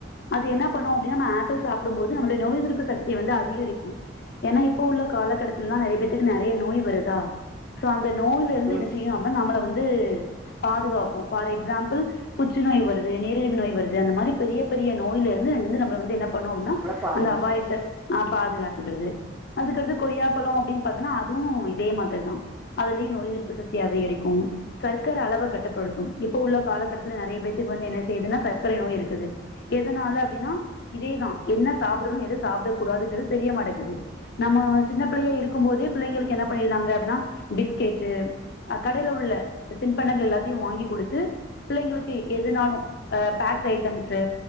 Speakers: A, on the left; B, on the right.
A: அது என்னா பண்ணு அப்டின்னா நம்ம ஆப்பிள் சாப்டும் போது நம்ளுடைய நோய் எதிர்ப்பு சக்திய வந்து அதிகரிக்கு ஏன்னா இப்ப உள்ள காலகடத்துல்லா நறைய பேத்துக்கு நறைய நோய் வருதா சோ அந்த நோயில இருந்து
B: ம்
A: என்ன செய்யு அப்ப நம்மள வந்து பாதுகாக்கு ஃபார் எக்ஸாம்பிள் புற்று நோய் வருது நீரிழிவு நோய் வருது அந்த மாரி பெரிய பெரிய நோய்ல இருந்து இருந்து நம்மள வந்து என்னப் பண்ணு அப்டின்னா
B: நம்மள பாதுகாக்குது
A: அந்த அபாயத்த ஆ பாதுகாத்துக்கிறது அதுக்கடுத்து கொய்யா பழோ அப்டின் பாத்தன்னா அதுவு இதே மாத்ர் தா அதுலயு நோய் எதிர்ப்பு சக்தி அதிகரிக்கு சர்க்கர அளவ கட்டுப்படுத்து இப்ப உள்ள காலகட்டத்துல நறைய பேத்துக்கு வந்து என்ன செய்யுதுன்னா சர்க்கரை நோய் இருக்குது எதனால அப்டின்னா இதேதா என்ன சாப்புடுணு எத சாப்ட கூடாதுங்கிறது தெரியமாட்டக்குது நம்ம சின்ன பிள்ளைய இருக்கும் போதே பிள்ளைங்களுக்கு என்ன பண்ணியிர்றாங்க அப்டின்னா பிஸ்கேட்டு் அ கடையில உள்ள தின்பண்டங்கள் எல்லாத்தையு வாங்கி குடுத்து பிள்ளைங்களுக்கு எதுனாலு அ பேக்டு ஐட்டம்ஸு